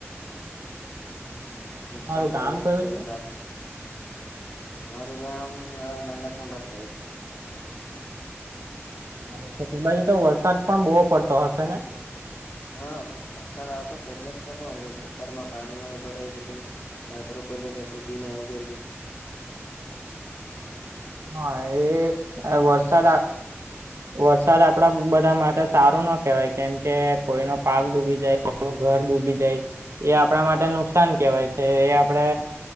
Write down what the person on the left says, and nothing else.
નુકસાન કલાઇખુ
એવું
ઘાટ અમારું ગામ આ નાનાકુંડા સાઈડ
હા વરસાદ આવતો છે એટલે જ કહું કે ખેતરમાં પાણી ને એવું ભરાઈ ગયલું ભાત રોપેલું તે ડૂબીને આવ ગયેલું